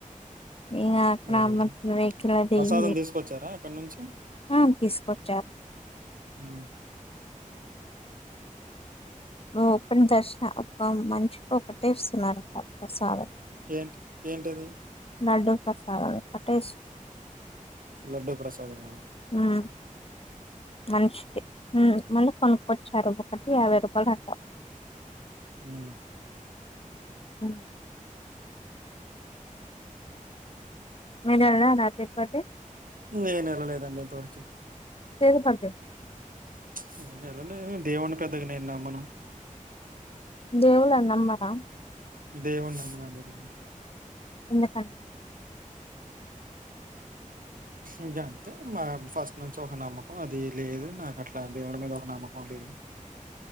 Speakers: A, on the left; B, on the right.
A: <unintelligible>
B: అదే. ప్రసాదం తీసుకొచ్చారా అక్కడి నుంచి?
A: తీసుకొచ్చారు
B: హ్
A: <unintelligible> దర్శన ఒక మనిషి ఒకటే ఇస్తున్నరాంట ప్రసాదం
B: ఏంటి ఏంటది
A: లాడ్డు ప్రసాదం ఒకట్టే ఇస్తు
B: లడ్డు ప్రసాదమ
A: హ్ మనిషికి హ్ మళ్ళీ కొనుక్కొచ్చారు. ఒకటి యాభై రూపాయలు అంట
B: హు
A: హ్ మీరు ఎల్లారా తిరుపతి
B: నేను ఎల్ల లేదండి ఇంత వరకి
A: తిరుపతి
B: <unintelligible> దేవుని పెద్దగా నేను నమ్మను
A: దేవులన్ నమ్మరా
B: దేవుడు నమ్మ నండి నేను
A: ఎందుకండి
B: ఇగా అంతే మా ఫస్ట్ నుంచి ఒక నమ్మకం. అది లేదు. నాకు అట్లా దేవుడి మీద ఒక నమ్మకం లేదు.